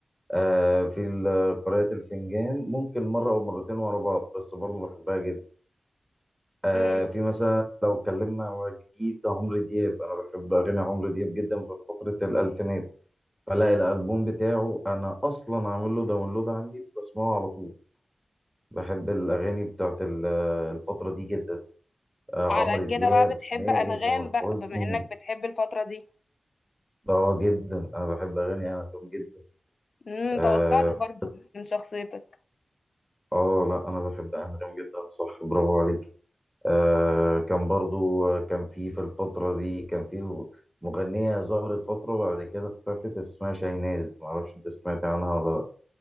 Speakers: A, in the centre; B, on the left.
A: آه في ال- قراءه الفنجان ممكن مره او مرتين ورا بعض بس برضو بحبها جدا آه
B: امم
A: في مثلا لو اتكلمنا على جديد عمرو دياب انا بحب اغاني عمرو دياب جدا في فتره الالفينات فلا الالبوم بتاعه انا اصلا عامل له داونلود عندي بسمعه على طول بحب الاغاني بتاعت ال- الفتره دي جدا آه
B: على
A: عمرو دياب
B: كده بقى بتحب
A: حماقي
B: انغام
A: تامر
B: بقى
A: حسني
B: بما انك بتحب الفتره دي
A: اه جدا انا بحب اغاني عمرو دياب جدا
B: امم
A: آه
B: توقعت برضو من شخصيتك
A: اه لا انا بحب انغام جدا صح برافو عليك آه كان برضو آه، كان في في الفتره دي كان في مغنيه ظهرت فتره وبعد كده اختفت اسمها شاهناز معرفش انت سمعت عنها ولا